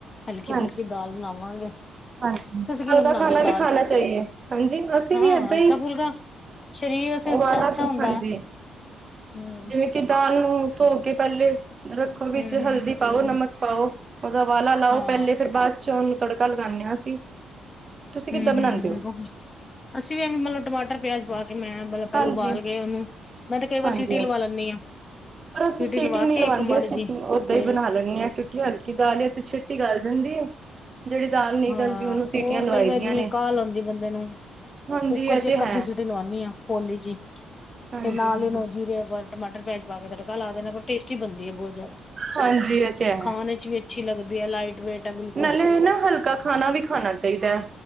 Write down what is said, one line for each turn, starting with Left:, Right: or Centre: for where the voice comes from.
Left: ਹਲਕੀ
Right: ਹਾਂਜੀ
Left: ਫੁਲਕੀ ਦਾਲ ਬਣਾਵਾਂਗੇ।
Right: ਹਾਂਜੀ
Left: ਤੁਸੀਂ ਕਿਵੇਂ
Right: ਹਲਕਾ
Left: ਬਣਾਉਂਦੇ
Right: ਖਾਣਾ
Left: ਹੋ
Right: ਵੀ
Left: ਦਾਲ?
Right: ਖਾਣਾ ਚਾਹੀਏ, ਹਾਂਜੀ ਅਸੀਂ
Left: ਹਾਂ
Right: ਵੀ ਇਦਾਂ
Left: ਹਲਕਾ
Right: ਹੀ।
Left: ਫੁਲਕਾ ਸਰੀਰ ਵਾਸਤੇ
Right: ਉਬਾਲਾ
Left: ਅੱਛਾ ਹੁੰਦਾ
Right: ਹਾਂਜੀ।
Left: ਹੈ ਹਮ
Right: ਜਿਵੇਂ ਕਿ ਦਾਲ ਨੂੰ ਧੋ ਕੇ ਪਹਿਲੇ ਰੱਖੋ ਵਿੱਚ
Left: ਹਮ ਹਮ
Right: ਹਲਦੀ ਪਾਓ ਨਮਕ ਪਾਓ ਉਹਦਾ ਉਬਾਲਾ ਲਾਓ,
Left: ਹਾਂ
Right: ਪਹਿਲੇ ਫੇਰ ਬਾਅਦ ਉਹਨੂੰ ਤੜਕਾ ਬਣਾ ਜਾਂਦੀ, ਤੁਸੀਂ ਕਿੱਦਾਂ
Left: ਹਮ
Right: ਬਣਾਉਂਦੇ
Left: ਹਮ
Right: ਹੋ?
Left: ਹਮ ਅਸੀਂ ਵੀ ਉਵੇਂ ਮਤਲੱਬ ਟਮਾਟਰ ਪਿਆਜ ਪਾ ਕੇ ਮੈਂ ਮਤਲੱਬ ਪਹਿਲਾਂ
Right: ਹਾਂਜੀ
Left: ਉਬਾਲ ਕੇ ਉਹਨੂੰ ਮੈਂ ਤੇ ਕਈ ਵਾਰ
Right: ਹਾਂਜੀ
Left: ਸਟੀ
Right: ਹਾਂਜੀ
Left: ਲਵਾ ਲੈਂਦੀ ਹਾਂ।
Right: ਪਰ ਅਸੀਂ ਸੀਟੀ
Left: ਲਵਾ
Right: ਨਹੀਂ
Left: ਕੇ
Right: ਲਵਾਉਂਦੇ,
Left: ਇੱਕ ਮੜ
Right: ਅਸੀਂ
Left: ਜੀ
Right: ਉੱਦਾਂ
Left: ਤੇ
Right: ਹੀ ਬਣਾ ਲੈਂਦੇ ਹਾਂ ਕਿਉਂਕਿ ਐ ਹਲਕੀ ਦਾਲ ਏ ਤੇ ਛੇਤੀ ਗਾਲ ਜਾਂਦੀ ਹੈ। ਜਿਹੜੀ ਦਾਲ ਨਹੀਂ
Left: ਹਾਂ
Right: ਗਲਦੀ ਉਹਨੂੰ ਸੀਟੀਆਂ
Left: ਉਹ
Right: ਲਵਾਈ
Left: ਕਈ ਵਾਰ
Right: ਦੀਆਂ
Left: ਜਿਵੇਂ
Right: ਨੇ
Left: ਕਾਲ‌ ਹੂੰਦੀ ਬੰਦੇ ਨੂੰ।
Right: ਹਾਂਜੀ
Left: ਕੁੂੱਕਰ
Right: ਇਹ
Left: ਚੱ
Right: ਤੇ
Left: ਇਕ
Right: ਹੈ
Left: ਅੱਧੀ ਸੀਟੀ ਲਵਾਉਣੀ ਹਾਂ ਪੋਲੀ ਜੀ
Right: ਹਾਂਜੀ
Left: ਤੇ ਨਾਲ ਹੀ ਉਹਨੂੰ ਜੀਰੇ ਟਮਾਟਰ ਪਿਆਜ਼ ਪਾ ਕੇ ਤੜਕਾ ਲਾ ਦੇਣਾ, ਪਰ ਟੇਸਟੀ ਬਣਦੀ ਹੈ ਬਹੁਤ ਜ਼ਿਆਦਾ
Right: ਹਾਂਜੀ ਇਹ ਤੇ ਹੈ
Left: ਖਾਣੇ ਚੱ ਅੱਛੀ ਲੱਗਦੀ ਹੈ ਲਾਈਟ ਵੇਟ। ਹੈ ਬਿਲਕੁਲ
Right: ਨਾਲੇ ਨਾ ਹਲਕਾ ਖਾਣਾ ਵੀ ਖਾਣਾ ਚਾਹੀਦਾ ਹੈ।